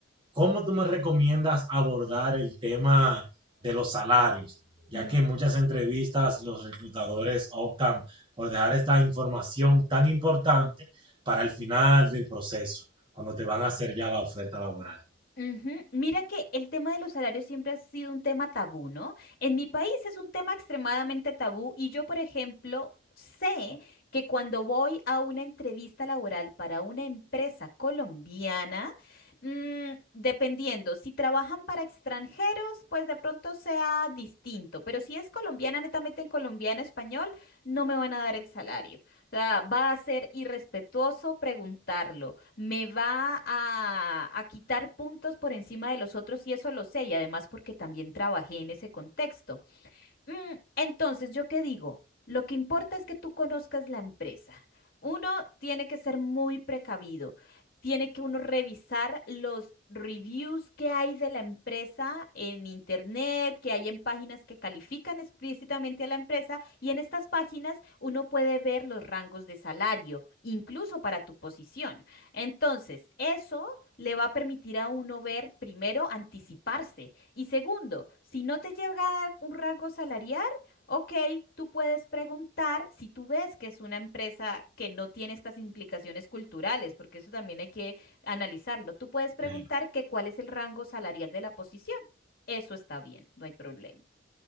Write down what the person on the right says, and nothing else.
¿Cómo tú me recomiendas abordar el tema de los salarios? Ya
que en muchas entrevistas los reclutadores optan por dejar esta información tan importante para el final del proceso, cuando te van a hacer ya la oferta laboral.
Eh,